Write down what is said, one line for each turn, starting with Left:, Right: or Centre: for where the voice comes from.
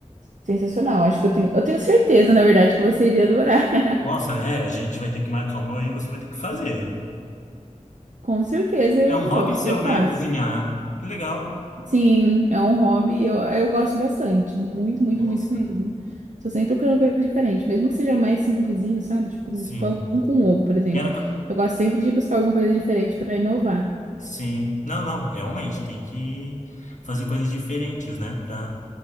Right: sensacional. Acho que eu tenho, eu tenho certeza, na verdade, que você iria adorar. <laughs>
Left: Nossa, é, a gente vai ter que marcar uma e você vai ter que fazer.
Right: Com certeza eu
Left: É um
Right: vou,
Left: hobby seu,
Right: eu faço.
Left: né? Cozinhar. Que legal.
Right: Sim, é um hobby, eu, eu gosto bastante, muito, muito,
Left: Nossa,
Right: muito mesmo. Tô sempre procurando coisa diferente, mesmo que seja mais simplesinho, sabe? Tipo
Left: sim.
Right: um pão com ovo, por exemplo.
Left: E era, co-
Right: Eu gosto sempre de buscar alguma coisa diferente para inovar,
Left: Sim. Não, não, realmente tem que fazer coisas diferentes, né? Pra